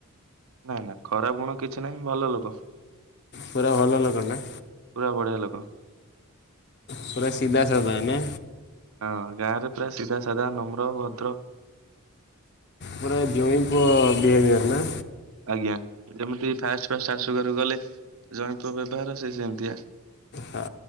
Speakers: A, on the right; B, on the left.
A: ନା ନା ଖରାପ୍ ଗୁଣ କିଛି ନାହିଁ ଭଲ ଲୋକ।
B: ପୁରା ଭଲ ଲୋକ ନା।
A: ପୁରା ବଢ଼ିଆ ଲୋକ।
B: ପୁରା ସିଧା ସାଧା ନା।
A: ହଁ ଗାଁ ରେ ପୁରା ସିଧା ସାଧା ନମ୍ର ଭଦ୍ର।
B: ପୁରା ଜୋଇଁ ପୁଅ ବିହେଭିିୟର ନା।
A: ଆଜ୍ଞା ଯେମିତି ଫାଷ୍ଟ୍ ଫାଷ୍ଟ୍ ଶାଶୁ ଘରକୁ ଗଲେ ଜୋଇଁ ପୁଅ ବ୍ୟବହାର ସେ ସେମିତିଆ।
B: ହଁ